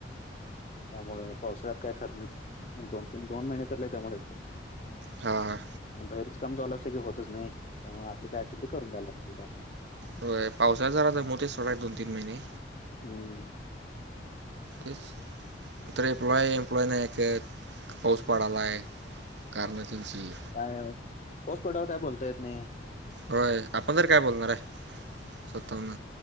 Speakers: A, on the left; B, on the right.
A: त्यामुळे पावसाळ्यांत कायं खरं नाहीं दोन तीनं दोन महिने लंय <unintelligible>
B: हां....
A: आणि बाहेरची कामं चालू असली की होतंच नाहीं त्यामुळें आतली कायं असल ते करूंन द्यायला लागतय कामं.
B: व्हयं पावसाळ्यात जरा दमवतयच सोडा एक दोन तीनं महिने
A: हम्मं
B: तेचं तरं एमप्लॉय एम्प्लॉय नाहीं कां एकतर पाऊस पडांलायं कारणं त्यांची
A: कायं पाऊस पडल्यावर काय बोलता येतं नाहीं
B: होयं आपणं तर कायं बोलणारं आहे स्वताहून